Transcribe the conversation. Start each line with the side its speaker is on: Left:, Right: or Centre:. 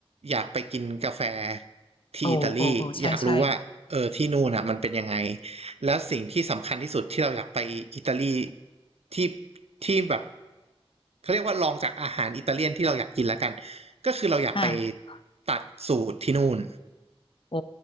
Right: อยากไปกินกาแฟที่อิตาลีอยากรู้ว่าเออที่นู่นอ่ะมันเป็นยังไง
Left: โอ้โอ้โอ้ใช่ใช่
Right: แล้วสิ่งที่สำคัญที่สุดที่เราอยากไปอิตาลีที่ที่แบบเขาเรียกว่าลองจากอาหารอิตาเลียนที่เราอยากกินแล้วกันก็คือเราอยากไป
Left: อ่า
Right: ตัดสูตรที่นู่น
Left: โอ้